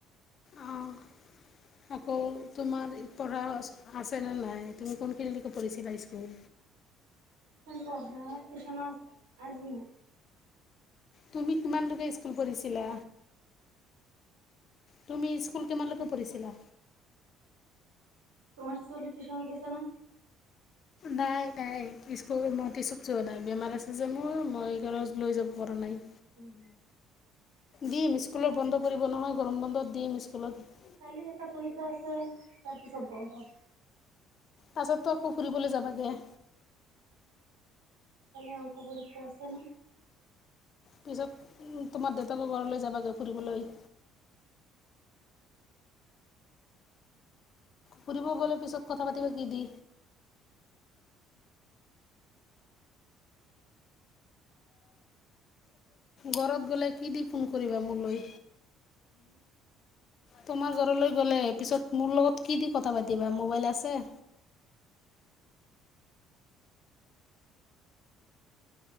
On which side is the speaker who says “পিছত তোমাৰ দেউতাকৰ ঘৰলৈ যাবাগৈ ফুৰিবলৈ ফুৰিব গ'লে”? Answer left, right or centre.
Left